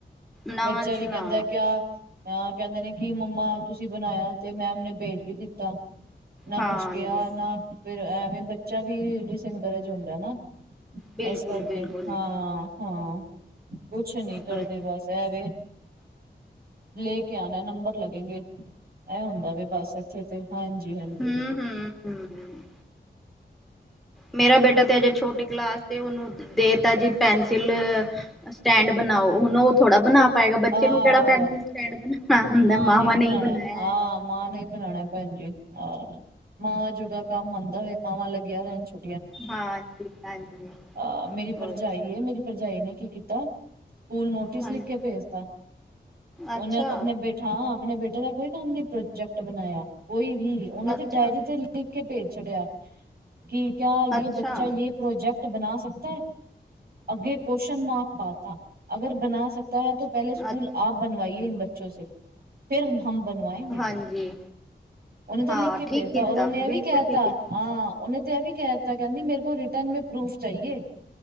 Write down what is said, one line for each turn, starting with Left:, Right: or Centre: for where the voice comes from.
Centre: ਨਾ
Right: ਬੱਚਾ
Centre: ਜੀ
Right: ਵੀ
Centre: ਨਾ
Right: ਕਹਿੰਦਾ ਕਿਆ? ਆ ਕਹਿੰਦੇ ਨੇ ਕਿ ਮੰਮਾ ਤੁਸੀਂ ਬਣਾਇਆ ਤੇ ਮੈਮ ਨੇ ਭੇਜ ਵੀ ਦਿੱਤਾ। ਨਾ
Centre: ਹਾਂਜੀ
Right: ਕੁਛ ਕਿਹਾ, ਨਾ ਫਿਰ ਐਵੇਂ ਬੱਚਾ ਵੀ ਡਿਸਨਕਰੇਜ ਹੁੰਦਾ ਨਾ?
Centre: ਬਿਲਕੁਲ
Right: ਇਸ ਕਰਕੇ,
Centre: ਬਿਲਕੁਲ
Right: ਹਾਂ-ਹਾਂ। ਕੁਛ ਨਹੀਂ ਕਰਦੇ
Centre: ਹਾਂ
Right: ਬਸ ਐਵੇ ਲੈ ਕੇ ਆਉਣਾ, ਨੰਬਰ ਲੱਗੇਗੇ, ਇਹ ਹੁੰਦਾ ਵੀ ਬਸ ਇੱਥੇ ਤੇ, ਹਾਂਜੀ। ਹਾਂਜੀ
Centre: ਹਮ-ਹਮ-ਹਮ-ਹਮ ਮੇਰਾ ਬੇਟਾ ਤੇ ਅਜੇ ਛੋਟੀ ਕਲਾਸ ਤੇ ਉਹਨੂੰ ਦੇ ਤਾ ਜੀ ਪੈਨਸਿਲ ਸਟੈਂਡ ਬਣਾਓ, ਹੁਣ ਉਹ ਥੋੜਾ ਬਣਾ ਪਏਗਾ, ਬੱਚੇ
Right: ਆਹ
Centre: ਨੂੰ ਕਿਹੜਾ ਪੈਨਸਿਲ ਸਟੈਂਡ ਬਣਾਉਣਾ ਆਉਦਾ,
Right: ਮਾਂ
Centre: ਮਾਵਾਂ ਨੇ
Right: ਬਣਾਉਣਾ
Centre: ਬਣਾਇਆ
Right: ਹਾਂ, ਮਾਂ ਨਹੀਂ ਬਣਾਣਾ ਭੈਣਜੀ, ਹਾਂ ਮਾਵਾਂ ਜੋਗਾ ਕੰਮ ਆਉਂਦਾ ਵੇਂ, ਮਾਵਾਂ ਲੱਗੀਆਂ ਰਹਿਣ ਚੋ
Centre: ਹਾਂਜੀ ਹਾਂਜੀ
Right: ਆਹ ਮੇਰੀ ਭਰਜਾਈ
Centre: ਓਹੀ
Right: ਹੈ। ਮੇਰੀ ਭਰਜਾਈ ਨੇ ਕੀ ਕੀਤਾ। ਸਕੂਲ ਨੋਟਿਸ
Centre: ਹਾਂਜੀ
Right: ਲਿਖ ਕੇ ਭੇਜਤਾ, ਉਹਨੇ
Centre: ਅੱਛਾ
Right: ਆਪਣੇ ਬੇਟੇ ਹਾਂ ਆਪਣੇ ਬੇਟੇ ਦਾ ਕੋਈ ਕੰਮ ਨੀ ਪ੍ਰੋਜੈਕਟ ਬਣਾਇਆ ਕੋਈ ਵੀ, ਉਹਨੇ
Centre: ਅੱਛਾ
Right: ਤੇ ਡਾਇਰੀ ਤੇ ਲਿਖ ਕੇ ਭੇਜ ਛੱਡਿਆ ਕਿ ਕਿਆ ਜੇ
Centre: ਅੱਛਾ
Right: ਬੱਚਾ ਜੇ ਪ੍ਰੋਜੈਕਟ ਬਣਾ ਸਕਦਾ ਹੈ। ਅੱਗੇ ਕੁਸ਼ਚਨ ਮਾਰਕ ਪਾਤਾ, ਅਗਰ ਬਣਾ ਸਕਦਾ ਹੈ। ਪਹਿਲੇ ਸਕੂਲ
Centre: ਅ
Right: ਆਪ ਬਣਵਾਈਏ ਇਨ ਬੱਚੋ ਸੇ ਫਿਰ ਹਮ ਬਣਵਾਏਂਗੇ
Centre: ਹਾਂਜੀ
Right: ਉਹਨੇ ਤਾਂ
Centre: ਹਾਂ
Right: ਲਿਖ ਕੇ ਭੇਜਤਾ,
Centre: ਠੀਕ ਕੀਤਾ
Right: ਔਰ ਉਹਨੇ
Centre: ਬਿਲਕੁਲ
Right: ਇਹ ਵੀ ਕਹਿਤਾ
Centre: ਠੀਕ ਹੈ
Right: ਹਾਂ, ਉਹਨੇ ਤਾਂ ਇਹ ਵੀ ਕਹਿ ਦਿੱਤਾ ਕਹਿੰਦੀ ਮੇਰੇ ਕੋਲ ਰਿਟਰਨ ਮੈਂ ਪਰੂਫ ਚਾਹੀਏ।